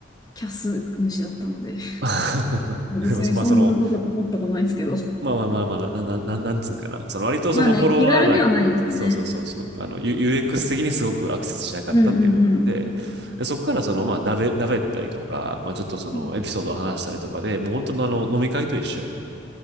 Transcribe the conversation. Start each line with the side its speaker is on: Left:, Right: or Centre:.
Left: キャス主だったので、<laughs>
Right: <laughs>
Left: 別にそんなこと思ったことないんですけど。
Right: でもまあ、その、まあまあまあまあ、な、な、ななんつうんかな。その割とそのフォロワーライン、
Left: まあね、気軽ではないですね。
Right: そうそうそうそう、あの、U- UX 的にすごくアクセスしなかったっていうのがあって、
Left: うんうんうん。
Right: で、そこからその、まあ、だべ、だべったりとか、まあ、ちょっとその、
Left: うん
Right: エピソードを話したりとかで、もう本当のあの、飲み会と一緒よね。